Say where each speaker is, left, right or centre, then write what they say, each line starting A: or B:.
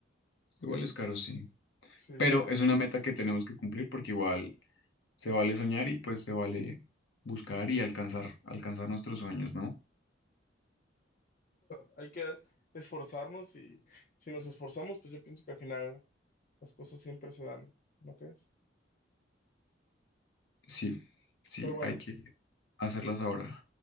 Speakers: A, on the left; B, on the left.
A: Igual es caro, sí.
B: Sí.
A: Pero
B: O
A: es una meta que tenemos que cumplir porque igual se vale soñar y pues se vale buscar y alcanzar, alcanzar nuestros sueños, ¿no?
B: sea, Hay que esforzarnos y si nos esforzamos, pues yo pienso que al final las cosas siempre se dan, ¿no crees?
A: Sí, sí,
B: Pero bueno,
A: hay que hacerlas ahora.